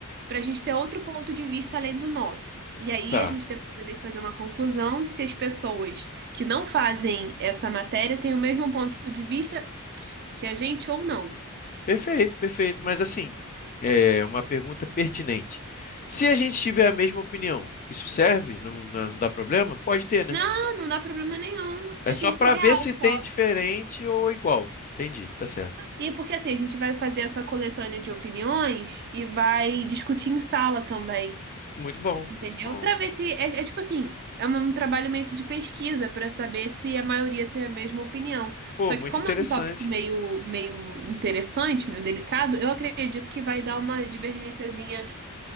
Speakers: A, on the right; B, on the left.
A: para a gente ter outro ponto de vista além do nosso. E aí
B: tá.
A: a gente depois vai ter que fazer uma conclusão de se as pessoas que não fazem essa matéria têm o mesmo ponto de vista que que a gente ou não.
B: Perfeito, perfeito. Mas assim, é uma pergunta pertinente. Se a gente tiver a mesma opinião, isso serve? Não, não não dá problema? Pode ter, né?
A: Não, não dá problema nenhum.
B: É
A: É,
B: só
A: Tem que
B: para
A: ser real
B: ver se
A: só.
B: tem diferente ou igual. Entendi, tá certo.
A: E porque assim, a gente vai fazer essa coletânea de opiniões e vai discutir em sala também.
B: Muito bom,
A: Entendeu?
B: muito bom.
A: Pra ver se é, é tipo assim, é um um trabalho meio que de pesquisa pra saber se a maioria tem a mesma opinião.
B: Pô,
A: Só
B: muito
A: que como
B: interessante.
A: é um tópico meio meio interessante, meio delicado, eu acredito que vai dar uma divergênciazinha